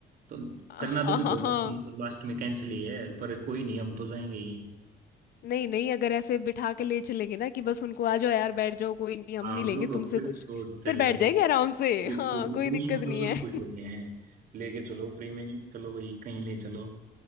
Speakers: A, on the right; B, on the left.
A: तो
B: हाँ
A: करना तो उनको
B: हाँ हाँ
A: है, मतलब लास्ट में कैंसिल ही है पर कोई नहीं हम तो जाएंगे ही
B: नहीं नहीं अगर ऐसे बिठा के ले चलेंगे ना कि बस उनको आ जाओ यार बैठ जाओ कोई नहीं हम
A: हाँ
B: नहीं
A: वो
B: लेंगे
A: तो
B: तुमसे
A: फिर
B: कुछ
A: तो चलेंगे
B: फिर बैठ जाएंगे आराम से
A: बिल्कुल
B: हाँ
A: मतलब
B: कोई दिक्कत
A: उसमें
B: नहीं
A: तो सब
B: है
A: खुश होते हैं लेके चलो फ्री में चलो भाई कहीं ले चलो